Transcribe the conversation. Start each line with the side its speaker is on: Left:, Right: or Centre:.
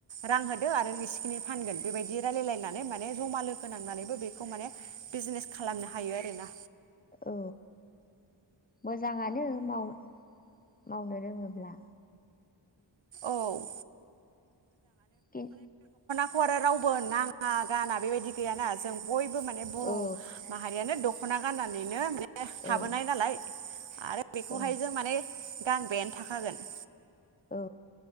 Right: रां होदो आरो इसेखिनि फानगोन बेबायदि रायलायलायनानै माने जमा लोगो नांनानैबो बेखौ माने बिजनेस खालामनो हायो आरोना।
Left: औ मोजाङानो माव मावनो रोङोब्ला।
Right: औ। <inaudible>
Left: खिन
Right: फुवारो राव <inaudible> गुबोन नाङा गाना बेबायदि गैयाना जों बयबो माने बर'
Left: औ
Right: माहारियानो दख दख'ना गाननानैनो ए थाबोनाय
Left: औ
Right: नालाय। <inaudible> आरो बेखौहाय
Left: औ
Right: जों माने <inaudible> गानबायानो थाखागोन।
Left: औ।